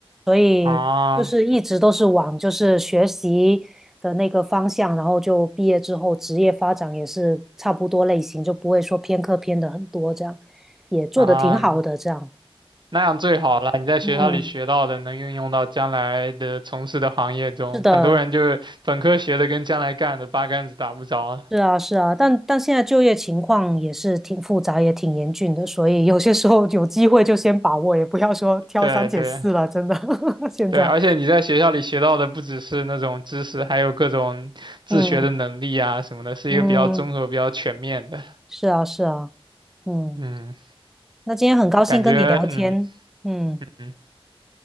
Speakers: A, in the centre; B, on the right.
A: 所以就是一直都是往就是学习的那个方向，
B: 啊
A: 然后就毕业之后职业发展也是差不多类型，就不会说偏科偏的很多这样，也做的挺好的这样，
B: 啊，那样最好了。你在学校里学到的能运用到将来的从事的行业中，
A: 嗯。是的，
B: 很多人就是本科学的跟将来干的八竿子打不着。
A: 是啊，是啊，但但现在就业情况也是挺复杂，也挺严峻的，所以有些时候有机会就先把握，也不要说挑三拣四了，
B: 对对。
A: 真的。<laughs> 现在，
B: 对，而且你在学校里学到的不只是那种知识，还有各种自学的能力啊什么的，
A: 嗯
B: 是一个比较综合、
A: 嗯，
B: 比较全面的。
A: 是啊，是啊，嗯，
B: 嗯，
A: 那今天很高兴跟你聊天，
B: 感觉嗯
A: 嗯，
B: 嗯